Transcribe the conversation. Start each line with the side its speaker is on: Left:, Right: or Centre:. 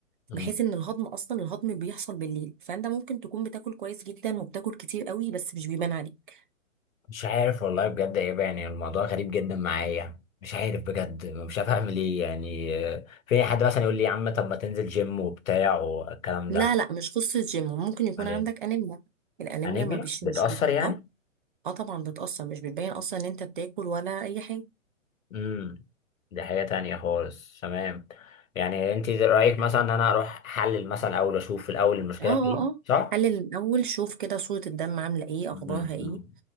Left: مم.
Right: بحيث ان الهضم اصلا الهضم بيحصل بالليل فانت ممكن تكون بتاكل كويس جدا وبتاكل كتير قوي بس مش بيبان عليك
Left: مش عارف والله بجد يا يابا يعني الموضوع غريب جدا معايا مش عارف بجد مش عارف اعمل ايه يعني آه، في أي حد مثلا يقول لي يا عم طب ما تنزل جيم وبتاع والكلام
Right: لا
Left: ده
Right: لا مش قصه جيم ممكن يكون
Left: امال
Right: عندك
Left: ايه
Right: انيميا الانيميا
Left: انيميا
Right: ما بش
Left: بتأثر
Right: مش بت...
Left: يعني
Right: اه اه طبعا بتأثر مش بتبين اصلا ان انت بتاكل ولا اي حاجه
Left: امم دي حاجة تانية خالص تمام يعني انت رأيك مثلا ان انا اروح احلل مثلا اول اشوف في الاول المشكلة
Right: اه اه
Left: فين
Right: اه
Left: صح؟
Right: حلل الاول شوف كده صورة الدم عاملة ايه
Left: امم
Right: اخبارها ايه